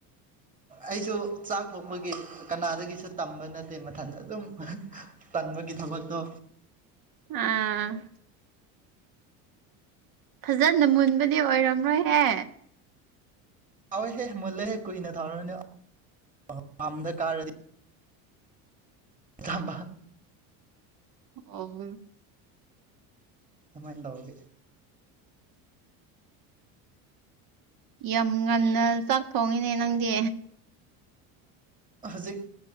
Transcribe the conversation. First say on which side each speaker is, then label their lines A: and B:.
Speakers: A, on the right (about 20°); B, on the right (about 50°).
A: ꯑꯩꯁꯨ ꯆꯥꯛ ꯊꯣꯡꯕꯒꯤ ꯀꯅꯥꯗꯒꯤꯁꯨ ꯇꯝꯕ ꯅꯠꯇꯦ ꯃꯊꯟꯇ ꯑꯗꯨꯝ ꯇꯟꯝꯕꯒꯤ ꯊꯕꯛꯇꯣ
B: ꯑ ꯐꯖꯅ ꯃꯨꯟꯕꯗꯤ ꯑꯣꯏꯔꯝꯔꯣꯏꯍꯦ
A: ꯍꯥꯎꯦꯍꯦ ꯃꯨꯜꯂꯦꯍꯦ ꯀꯨꯏꯅ ꯊꯥꯎꯔꯅꯦ ꯑ ꯄꯥꯝꯗ ꯀꯥꯔꯗꯤ ꯑꯕ
B: ꯑꯣ
A: ꯑꯗꯨꯃꯥꯏ ꯇꯒꯦ
B: ꯌꯥꯝ ꯉꯟꯅ ꯆꯥꯛ ꯊꯣꯡꯉꯤꯅꯦ ꯅꯪꯗꯤ
A: ꯍꯧꯖꯤꯛ